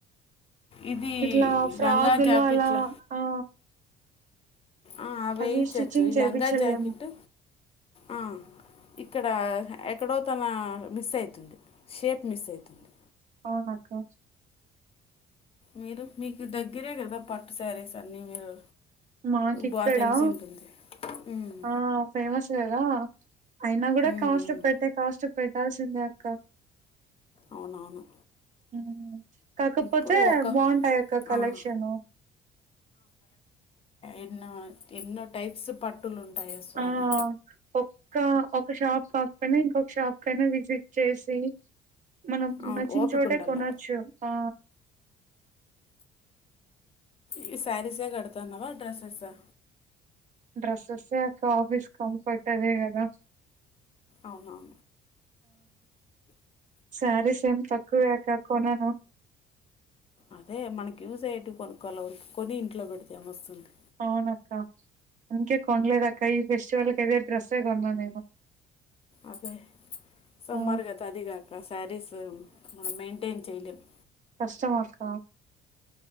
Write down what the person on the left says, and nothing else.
ఇది
లంగా జాకెట్లు
ఆ వేయి
చచ్చు ఈ
లంగా జాకెట్ ఆ ఇక్కడ ఎక్కడో తన మిస్ అయితుంది షేప్ మిస్ అవుతుంది
మీరు మీకు దగ్గిరే కదా పట్టు సారేసన్నీ మీరు
బాగా తెలిసి ఉంటుంది ఉమ్,
ఉమ్,
ఉమ్.
అవునవును
ఇప్పుడు ఒక
ఆ, ఎన్న ఎన్నో టైప్స్ పట్టులుంటాయే స్వామి.
అవును.
ఓపికుండల్ల.
ఈ శారీసే కడుతుాన్నావా డ్రెస్సెసా
అవున అవును
అదే మనకి యూజ అయ్యేటివి కొనుక్కవాలి వరికి కొన్ని ఇంట్లో పెడితేామ వస్తుంది
అదే సమ్మర్గా
అద అదిగాక సారీస్ మనం మెయింటైన్ చేయలేము